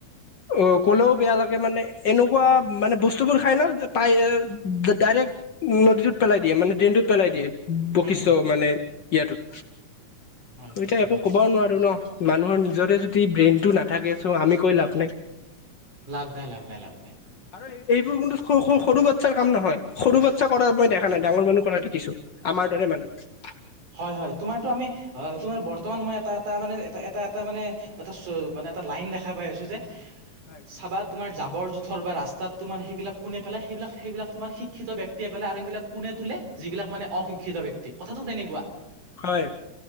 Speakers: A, on the left; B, on the right.
A: অ', লেও বেয়া লাগে মানে এনেকুৱা মানে বস্তুবোৰ খায় ন পাই ডাইৰেক্ট নদীটোত পেলাই দিয়ে মানে, ড্ৰেইনটোত পেলাই দিয়ে বৈশিষ্ট
B: উম হম
A: মানে ইয়াতোত
B: হয় ঠিক
A: এতিয়া
B: কথা
A: একো
B: কৈছা
A: কবাওঁ নোৱাৰোঁ ন মানুহৰ নিজৰে যদি ব্ৰেইনটো নাথাকে চ' আমি কৈ লাভ নাই।
B: লাভনাই লাভনাই লাভনাই।
A: আৰু এই এইবোৰ কিন্তু সৰু সৰু সৰু বাচ্ছাৰ কাম নহয়। সৰু বাচ্ছা কৰা মই দেখা নাই ডাঙৰ মানুহ কৰা দেখিছোঁ। আমাৰ দৰে মানুহ।
B: হয় হয়। তোমাৰটো আমি অ', তোমাৰ বৰ্তমান মই এটা এটা মানে এ, এটা এটা এটা মানে এটা চ, মানে এটা লাইন দেখা পাই আছোঁ যে
A: হয়
B: চাবাত তোমাৰ জাৱৰ জোথঁৰ বা ৰাস্তাত তোমাৰ সেইবিলাক কোনে পেলাই সেইবিলাক সেইবিলাক তোমাৰ শিক্ষিত ব্যক্তিয়ে পেলাই আৰু সেইবিলাক কোনে তোলে? যিবিলাক মানে অশিক্ষিত ব্যক্তি কথাটোঁ তেনেকুৱা।
A: হয়।